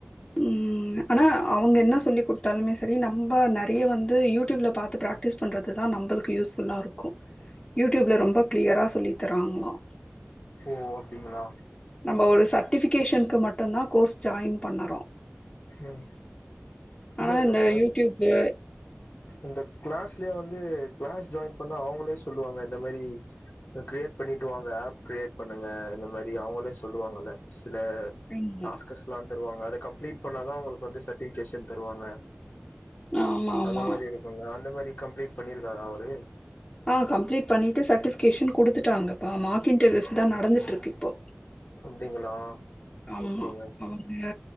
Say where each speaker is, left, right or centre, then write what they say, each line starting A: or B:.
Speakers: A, on the left; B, on the left.
A: உம் ஆனா அவங்க என்ன சொல்லி கொடுத்தாலுமே செரி நம்ப நறிய வந்து யூடியூப்ல பாத்து பிராக் பிராக்டிஸ் பண்ணுறது தா நம்பளுக்கு யூஸ்ஃபுல்லா இருக்கு யூடியூப்ல ரொம்ப கிளியரா சொல்லி தராங்களா
B: ஓ அப்டிங்களா
A: நம்ப ஒரு சர்ட்டிபிகேஷனுக்கு மட்டுதா கோர்ஸ் ஜாயின் பண்ணறோ
B: உம்
A: ஆனா
B: இல்ல இல்ல
A: இந்த
B: ரண்டு
A: யூடியூப்பு
B: இந்த கிளாஸ்லயே வந்து கிளாஸ் ஜாயின் பண்ண அவங்களே சொல்லுவாங்க இந்த மாரி கிரியேட் பண்ணிட்டு வாங்க ஆப் கிரியேட் பண்ணுங்க இந்த மாரி அவங்களே சொல்லுவாங்கல்ல சில
A: ஆமா
B: டாஸ்கஸ் ல்லா தருவாங்க அத கம்ப்ளீட் பண்ணாதா அவங்களுக்கு வந்து சர்ட்டிபிகேஷன் தருவாங்க
A: ஆமா ஆமா
B: அந்த மாரி இருக்கும்ல அந்த மாரி கம்ப்ளீட் பண்ணிருக்காரா அவரு
A: ஆஹ் கம்ப்ளீட் பண்ணிட்டு சர்டிபிகேஷன் குடுத்துட்டாங்கப்பா மார்க் இன்டர்வியூஸ் தா நடந்துட்டு இருக்கு இப்போ
B: அப்டிங்களா
A: ஆமா
B: ஓகேங்க
A: அவங்க